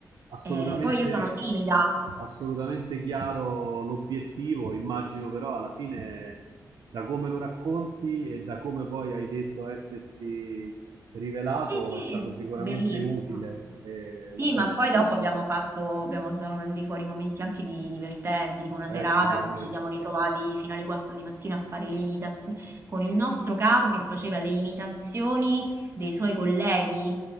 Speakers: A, on the right; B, on the right.
A: assolutamente,
B: Eh, poi io sono timida.
A: assolutamente chiaro l'obiettivo, immagino però alla fine, da come lo racconti e da come poi hai detto essersi rivelato,
B: Sì, sì,
A: è stato sicuramente
B: bellissimo.
A: utile, è una
B: Sì,
A: bella
B: ma poi
A: esperienza.
B: dopo abbiamo fatto, abbiamo- sono venuti fuori momenti anche di- divertenti, tipo una
A: Eh,
B: serata
A: sicuramente.
B: in cui ci siamo ritrovati fino alle 4 di mattina a fare le imitazioni con il nostro capo che faceva le imitazioni dei suoi colleghi,